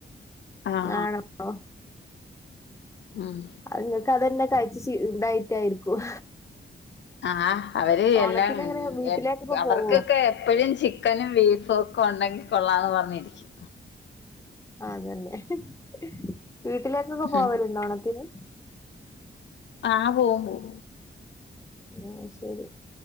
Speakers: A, on the left (about 75°); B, on the left (about 15°).
A: ആഹ്
B: ആണോ
A: മം
B: അത് നിങ്ങക്ക് അതന്നെ കഴിച്ച് ശീ ഇതായിട്ടായിരിക്കും
A: ആഹ് അവര്
B: ഓണത്തിന്
A: എല്ലാം
B: അങ്ങനെ
A: ഉം
B: വീട്ടിലേക്കൊക്കെ
A: എൽ അവർക്കൊക്കെ
B: പോകും
A: എപ്പോഴും ചിക്കനും ബീഫും ഒക്കെ ഉണ്ടെങ്കിൽ കൊള്ളാന്ന് പറഞ്ഞിരിക്കും
B: അതന്നെ <unintelligible> വീട്ടിലേക്കൊക്കെ പോവലുണ്ടോ
A: ഉം
B: ഓണത്തിന്
A: ആഹ് പോകും പോകും
B: ആഹ് ശരി